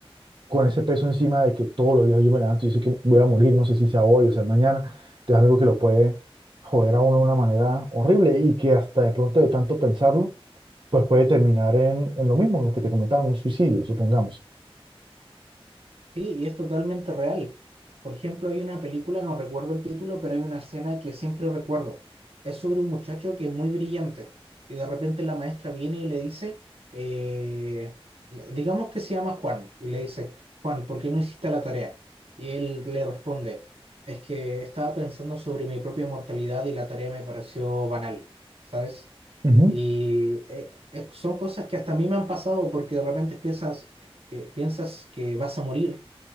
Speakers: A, on the right (about 50°); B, on the right (about 70°).
A: con ese peso encima de que todos los días yo me levanto y yo sé que voy a morir, no sé si sea hoy o sea mañana, entonces algo que lo puede joder a uno de una manera horrible y que hasta de pronto de tanto pensarlo, pues puede terminar en, en lo mismo, en lo que te comentaba, un suicidio, supongamos.
B: Sí, y es totalmente real. Por ejemplo, hay una película, no recuerdo el título, pero hay una escena que siempre recuerdo. Es sobre un muchacho que es muy brillante y de repente la maestra viene y le dice, eh, digamos que se llama Juan, y le dice, Juan, ¿por qué no hiciste la tarea? Y él le responde, es que estaba pensando sobre mi propia mortalidad y la tarea me pareció banal, ¿sabes?
A: Ujú.
B: Y eh, es- son cosas que hasta a mí me han pasado porque de repente piensas, eh, piensas que vas a morir